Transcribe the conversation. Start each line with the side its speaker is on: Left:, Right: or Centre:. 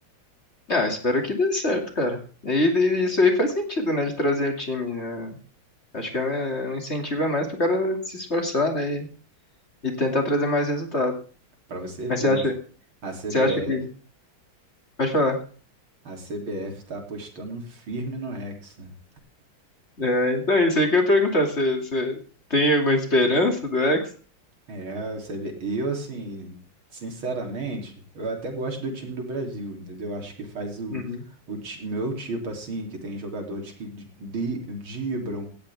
Left: Ah, eu espero que dê certo, cara. E, e isso aí faz sentido, né, de trazer o time, né? Acho que é é um incentivo a mais pro cara se esforçar, né, e, e tentar trazer mais resultado.
Right: Para você ver,
Left: Mas você acha,
Right: a
Left: você
Right: CBF,
Left: acha que... Pode falar.
Right: a CBF está apostando firme no Hexa.
Left: É, então, isso aí que eu ia perguntar. Você você tem alguma esperança do ex
Right: É, você vê. Eu, assim, sinceramente, eu até gosto do time do Brasil, entendeu? Acho que faz o,
Left: Uhum.
Right: o ti- meu tipo, assim, que tem jogadores que di- di- driblam